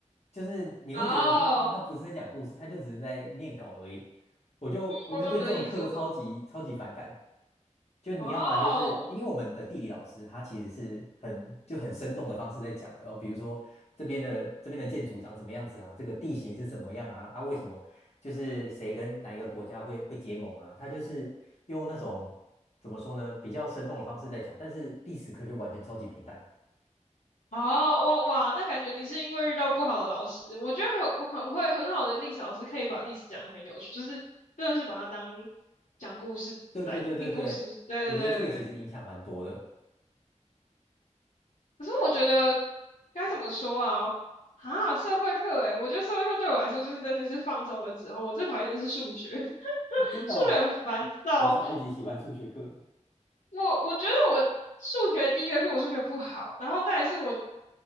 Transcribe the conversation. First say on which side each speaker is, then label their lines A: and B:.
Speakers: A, on the left; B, on the left.
A: 就是你会觉得说啊，
B: 哦，
A: 他不是在讲故事，他就只是在念稿而已。我就我就对这种课超级超级反感。
B: 我懂你的意思，我懂。
A: 就你要么就是因为我们的地理老师他其实是很就很生动的方式在讲，
B: 哦。
A: 哦，比如说这边的这边的建筑长什么样子啊，这个地形是什么样啊，啊，为什么就是谁跟哪一个国家会会结盟啊，他就是用那种怎么说呢，比较生动的方式在讲，但是历史课就完全超级平淡。
B: 哦，哇哇，那感觉你是因为遇到不好的老师，我觉得很我很会很好的历史老师可以把历史讲的很有趣，就是真的是把它当讲故事来听故事。
A: 对对对对对，
B: 对对对对。
A: 我觉得这个其实影响蛮多的。
B: 可是我觉得该怎么说啊？啊，社会课诶，我觉得社会课对我来说就是真的是放松的时候，我最讨厌的是数学，<laughs>
A: 真的哦，
B: 数学很烦躁。
A: 我超级喜欢数学课的
B: 我我觉得我数学第一个是我数学不好，然后再来是我